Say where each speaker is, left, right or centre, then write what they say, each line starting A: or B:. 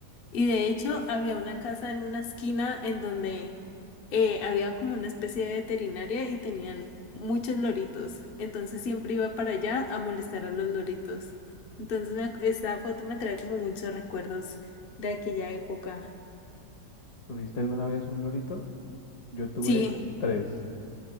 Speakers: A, on the left; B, on the left.
A: Y de hecho había una casa en una esquina en donde eh, había como una especie de veterinaria y tenían muchos loritos. Entonces siempre iba para allá a molestar a los loritos. Entonces me ac- esta foto me trae como muchos recuerdos de aquella época.
B: ¿Tuviste alguna vez un lorito? Yo tuve
A: Sí.
B: tres.